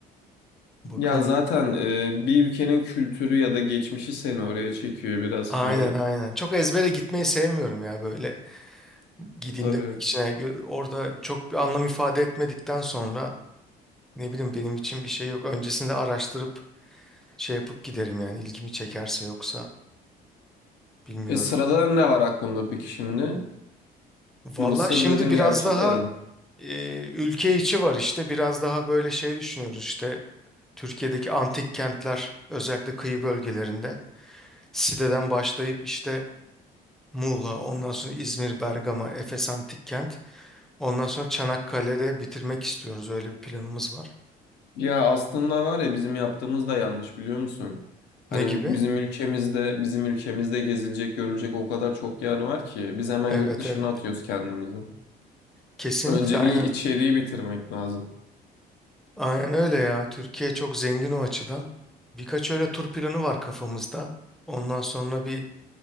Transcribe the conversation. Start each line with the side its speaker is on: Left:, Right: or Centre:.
Centre: Bakalım.
Left: Ya zaten e, bir ülkenin kültürü ya da geçmişi seni oraya çekiyor biraz.
Centre: Aynen
Left: Hani
Centre: aynen. Çok ezbere gitmeyi sevmiyorum ya böyle. gideyim
Left: tabii.
Centre: demek için. Yani orada çok bir anlam ifade etmedikten sonra ne bileyim benim için bir şey yok. Öncesinde araştırıp şey yapıp giderim yani ilgimi çekerse yoksa bilmiyorum.
Left: E, sırada ne var aklımda peki şimdi?
Centre: Valla
Left: Mısır
Centre: şimdi
Left: dedin
Centre: biraz
Left: gerçi
Centre: daha
Left: de.
Centre: e, ülke içi var işte biraz daha böyle şey düşünüyoruz işte Türkiye'deki antik kentler özellikle kıyı bölgelerinde Side'den başlayıp işte Muğla, ondan sonra İzmir, Bergama, Efes Antik Kent. Ondan sonra Çanakkale'de bitirmek istiyoruz. Öyle bir planımız var.
Left: Ya aslında var ya bizim yaptığımız da yanlış biliyor musun? Hani
Centre: Ne gibi?
Left: bizim ülkemizde bizim ülkemizde gezilecek görülecek o kadar çok yer var ki biz hemen
Centre: Evet
Left: yurt dışına
Centre: evet.
Left: atıyoruz kendimizi.
Centre: Kesinlikle
Left: Önce
Centre: aynen.
Left: bir içeriği bitirmek lazım.
Centre: Aynen öyle ya. Türkiye çok zengin o açıdan. Birkaç öyle tur planı var kafamızda. Ondan sonra bir